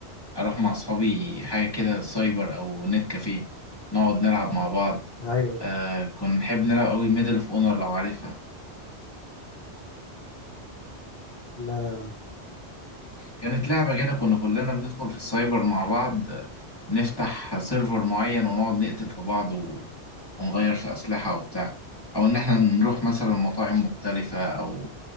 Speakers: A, on the left (about 20°); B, on the left (about 60°).
A: أروح مع أصحابي حاجة كده سايبر أو نت كافيه نقعد نلعب مع بعض
B: أيوة
A: آه كنا نحب نلعب أوي ميدل أوف أونر لو عارفها
B: لا لا لا
A: كانت لعبة كده كنا كلنا بندخل في السايبر مع بعض آه، نفتح سيرفر معين ونقعد نقتل في بعض و... ونغير في أسلحة وبتاع أو إن إحنا نروح مثلا مطاعم مختلفة أو